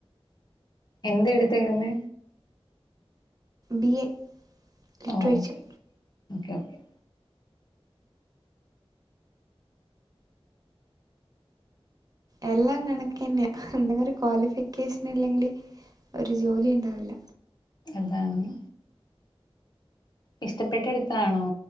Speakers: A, on the left; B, on the right.
A: എന്ത എടുത്തെക്കുന്നത്
B: B A literature
A: okay okay okay
B: എല്ലാം കണക്കന്നെയ എന്തെങ്കിലും ഒരു ക്വാളിഫിക്കേഷൻ ഇല്ലെങ്കില് ഒരു ജോലി ഉണ്ടാവില്ല
A: അതാണ് ഇഷ്ടപ്പെട്ടടുത്താണോ